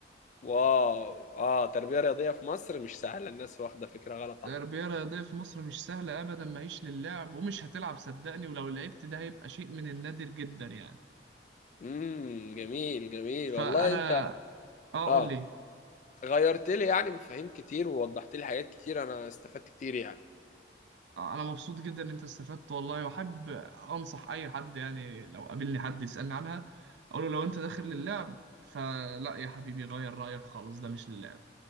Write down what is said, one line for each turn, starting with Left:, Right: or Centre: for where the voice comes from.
Left: واو اه تربية رياضية في مصر مش سهلة الناس واخدة فكرة غلط
Right: التربية
Left: عنها
Right: الرياضية في مصر مش سهلة أبدا ماهيش للعب ومش هتلعب صدقني ولو لعبت ده هيبقى شيء من النادر جدا يعني
Left: امم جميل جميل
Right: فأنا
Left: والله انت
Right: آه
Left: اه
Right: قول لي
Left: غيرت لي يعني مفاهيم كتير ووضحت لي حاجات كتير انا استفدت كتير يعني
Right: آه أنا مبسوط جدا إن أنت استفدت والله وأحب أنصح أي حد يعني لو قابلني حد يسألني عنها أقول له لو أنت داخل للعب فلا يا حبيبي غير رأيك خالص ده مش للعب